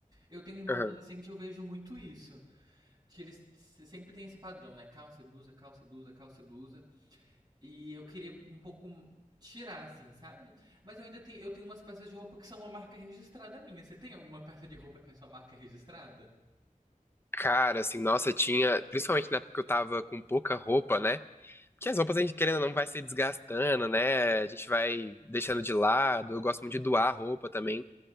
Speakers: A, on the right; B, on the left.
A: Eu tenho um irmão
B: aham.
A: adolescente, eu vejo muito isso. Que eles se- sempre têm esse padrão, né? Calça e blusa, calça e blusa, calça e blusa. E eu queria um pouco tirar, assim, sabe? Mas eu ainda tenho, eu tenho umas peças de roupa que são uma marca registrada minha. Você tem alguma peça de roupa que é sua marca registrada?
B: Cara, assim, nossa, tinha. Principalmente na época que eu tava com pouca roupa, né? Porque as roupas a gente, querendo ou não, vai se desgastando, né? A gente vai deixando de lado. Eu gosto muito de doar roupa também.